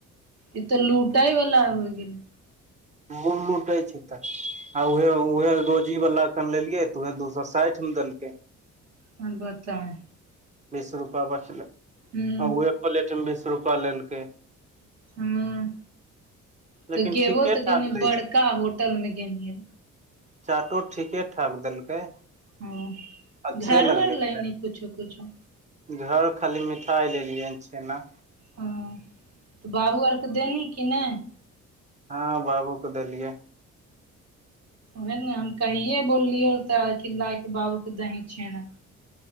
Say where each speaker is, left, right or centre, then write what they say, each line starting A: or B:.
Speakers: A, on the right; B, on the right.
A: ई तऽ लूटइ वाला आब हो गेलै।
B: मूल लूटै छैय तऽ। आ उह उहे रोजी वालला कन लेलियै तऽ उहे दू सए साठि मे देलकै।
A: ह बताही।
B: बीस रूपआ बचलै आ
A: हूँ
B: उह पलेटमे बीस रूपआ लेलकै।
A: हँ तऽ
B: लेकिन
A: गेबो
B: ठीके
A: तऽ कनी
B: ठाक दै
A: बड़का
B: छै
A: होटल मे गेलही।
B: चाटो ठीके ठाक देलकै।
A: हं
B: अच्छे
A: घरो
B: लगलै
A: आर लैली
B: खाय।
A: कुछो कुछो?
B: घर खाली मिठाइ लेलियै हन छेना।
A: हँ तऽ बाबू आरके देनही कि नहि?
B: हँ बाबू क देलियै।
A: उएह ने हम कहिये बोललियै तऽ कि लाायके बाबूके दही छेना।